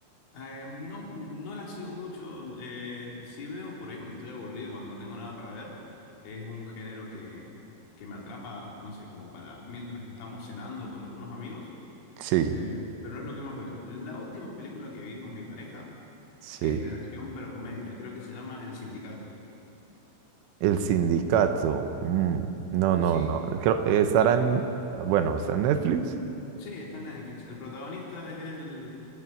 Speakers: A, on the left; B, on the right.
A: Eh, no, no la sigo mucho. eh, sí veo por ahí cuando estoy aburrido, cuando no tengo nada para ver. Es un género que, que me atrapa, no sé, como para mientras estamos cenando con algunos amigos.
B: Sí,
A: eh, pero no es lo que más veo. La última película que vi con mi pareja
B: sí.
A: es de acción pero comedia. Creo que se llama El Sindicato.
B: El sindicato. mm, no, no,
A: Sí.
B: no. Creo- eh,
A: El
B: estarán,
A: pro-
B: bueno, está en Netflix.
A: sí, está en Netflix. El protagonista es el,